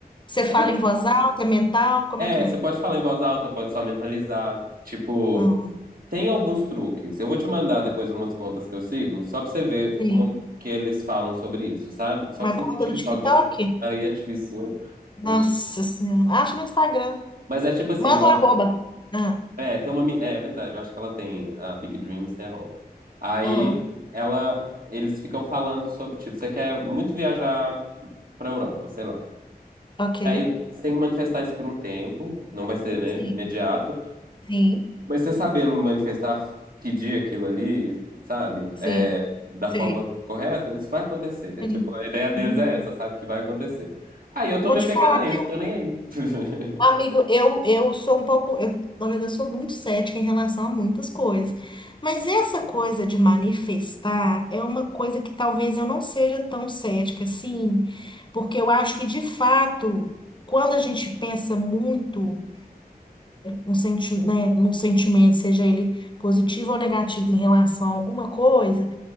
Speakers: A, on the left; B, on the right.
A: Você fala
B: É,
A: em voz alta, é mental? Como
B: é,
A: é que é?
B: você pode falar em voz alta, pode só mentalizar. Tipo,
A: Ah,
B: Tem alguns truques. Eu vou te mandar depois umas contas que eu sigo, só pra você ver
A: sim.
B: como que eles falam sobre isso, sabe? Só
A: Uma
B: que você
A: conta
B: não tem TikTok,
A: do TikTok?
B: né? Aí é difícil, né?
A: Nossa
B: Poxa.
A: Senhora. Acho no Instagram.
B: Mas é tipo assim,
A: Manda
B: igual.
A: o arroba. Ah,
B: É, tem uma. mi- É, é verdade, eu acho que ela tem. A Big Dreams tem arroba. Aí
A: ah,
B: ela. Eles ficam falando sobre, tipo, você quer muito viajar pra Europa, sei lá.
A: ok.
B: Aí você tem que manifestar isso por um tempo, não vai ser, né?
A: Sim,
B: Imediato.
A: sim,
B: Mas você sabendo manifestar, pedir aquilo ali, sabe?
A: sim,
B: É, da
A: sei,
B: forma correta, isso vai acontecer. É
A: sim.
B: tipo, a ideia deles
A: Hum,
B: é essa, sabe? Que vai acontecer. Aí eu
A: Vou
B: tô me
A: te
B: apegando
A: falar
B: a isso,
A: que eu,
B: tô nem aí. <laughs>
A: amigo, eu, eu sou um pouco, eu, na verdade, eu sou muito cética em relação a muitas coisas. Mas essa coisa de manifestar é uma coisa que talvez eu não seja tão cética assim, porque eu acho que de fato, quando a gente pensa muito um senti né, num sentimento, seja ele positivo ou negativo em relação a alguma coisa,